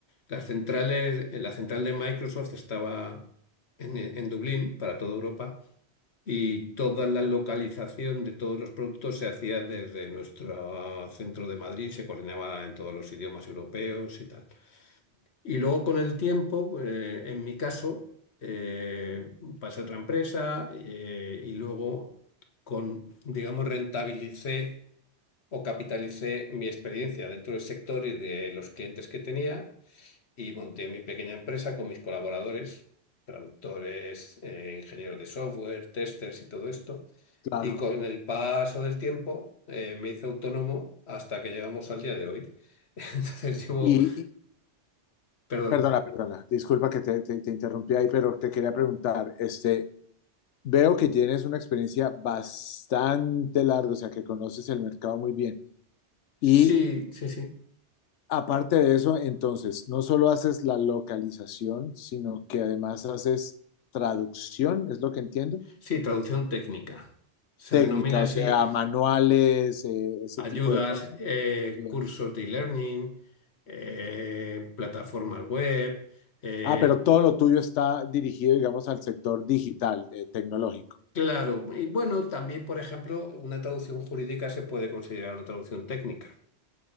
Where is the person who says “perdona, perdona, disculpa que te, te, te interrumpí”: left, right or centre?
Left